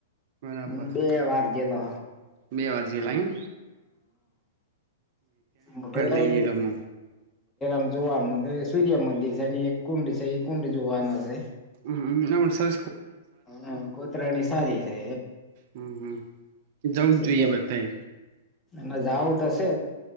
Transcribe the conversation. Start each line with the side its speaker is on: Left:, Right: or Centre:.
Right: બરાબર
Left: હ બે વારજલો.
Right: બે વારજી લાઈન.
Left: મોટા રજ.
Right: લઈ ગયેલો હું
Left: મ જોવાનું સૂર્ય મંદિર છે, એક કુંડ છે, એ કુંડ જોવાનો છે.
Right: હ ના પણ સર.
Left: હમ કૂતરાણી સારી છે.
Right: હમ હમ જવું
Left: છી
Right: જ જોઈએ
Left: ત
Right: બધાએ
Left: ના જાઉું તશે.